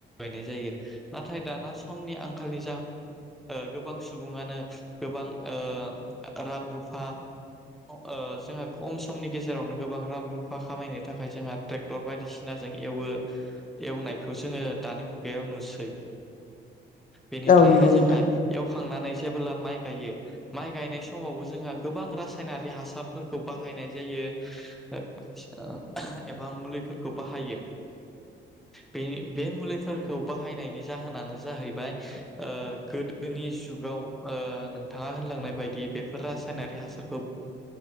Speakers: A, in the centre; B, on the left.
A: गायनाय जायो नाथाय दाना समनि आंखालनि जाहोन। ओ गोबां सुबुङानो गोबां ओ रां रुफा ओ जोंहा खम समनि गेजेरावनो गोबां रां रुफा खामायनो थाखाय जोंहा ट्रेक्टर बायदिसिनाजों एवो एवनायखौ जोङो दानि मुगायाव नुसै। बेनिफ्रायहाय
B: औ नंगौ
A: जोंहा
B: नोंथां
A: एव खांनानै जेबोला माइ गायो माइ गायनाय समावबो जोंहा गोबां रासायनारि हासारफोरखौ बाहायनाय जायो ओ एबा मुलिफोरखौ बाहायो बेनि बे मुलिफोरखौ बाहायनायनि जाहोनानो जाहैबाय ओ गोदोनि जुगाव ओ नोंथाङा होनलांनाय बायदि बेफोर रासायनारि हासारखौ